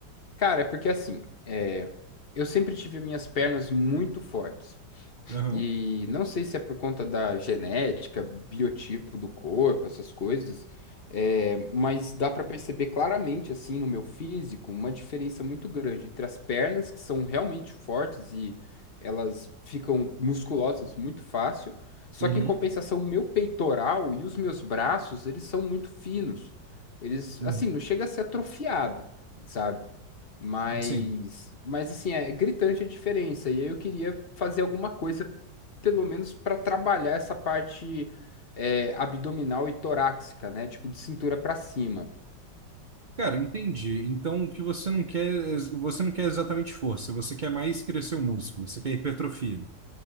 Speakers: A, on the left; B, on the right.
A: Cara, é porque assim, é, eu sempre tive minhas pernas muito fortes.
B: Aham.
A: E não sei se é por conta da genética, biotipo do corpo, essas coisas, é, mas dá para perceber claramente, assim, no meu físico, uma diferença muito grande entre as pernas, que são realmente fortes e elas ficam musculosas muito fácil, só
B: Uhum.
A: que em compensação, meu peitoral e os meus braços, eles são muito finos. Eles,
B: Uhum.
A: assim, não chega a ser atrofiado, sabe? Mas,
B: Sim.
A: mas assim, é gritante a diferença. E aí eu queria fazer alguma coisa, pelo menos para trabalhar essa parte é, abdominal e torácica, né? Tipo, de cintura para cima.
B: Cara, entendi. Então, o que você não quer, é- você não quer exatamente força, você quer mais crescer o músculo, você quer hipertrofia.